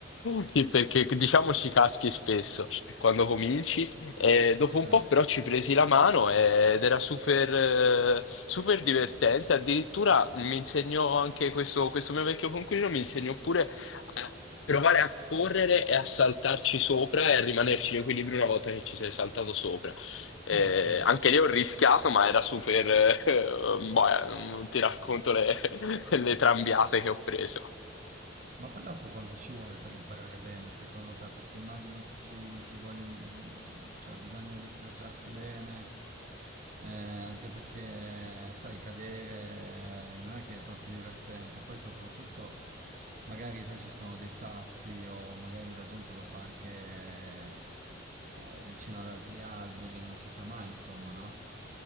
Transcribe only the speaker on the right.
Eh,
sì,
sì.
Ma poi dopo quanto ci vuole per imparare bene, secondo te? Perché immagino che ci, ci voglia, cioè bisogna destreggiarsi bene, eh, anche perché, sai, cadere eh, non è che è proprio divertente. Poi soprattutto, magari, sai, ci sono dei sassi o magari la gente lo fa anche eh, vicino ad altri alberi, non si sa mai, insomma, no?